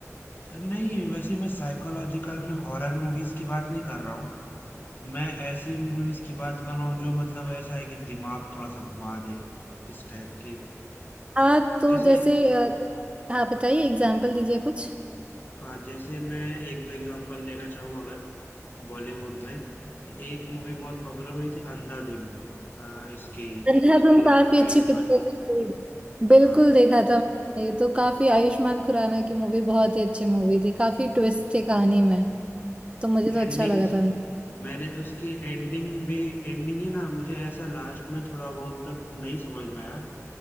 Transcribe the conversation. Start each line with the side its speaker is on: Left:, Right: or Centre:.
Left: नहीं वैसे मैं साइकोलॉजिकल में हॉरर मूवीज की बात नहीं कर रहा हूँ मैं ऐसी मूवीज की बात कर रहा हूँ जो मतलब ऐसा है कि दिमाग थोड़ा सा घुमा दे इस टाइप की
Right: हाँ तो
Left: जैसे
Right: जैसे अ, हाँ बताइए एग्जाम्पल दीजिए कुछ
Left: हाँ जैसे मैं एक दो एग्जांपल लेना चाहूँ अगर बॉलीवुड में तो एक मूवी बहुत पॉपुलर हुई थी अंधाधुन हाँ इसकी
Right: अंधाधुन
Left: क्या
Right: काफी
Left: नाम है
Right: अच्छी
Left: आयुष्मान
Right: पिक्चर थी बिल्कुल
Left: हाँ
Right: देखा था मैंने ये तो काफी आयुष्मान खुराना की मूवी बहुत ही अच्छी मूवी थी काफी ट्विस्ट थे कहानी में तो मुझे तो
Left: एंडिंग
Right: अच्छा लगा था
Left: मैंने तो उसकी एंडिंग भी एंडिंग है ना मुझे ऐसा लास्ट में थोड़ा बहुत तक नहीं समझ में आया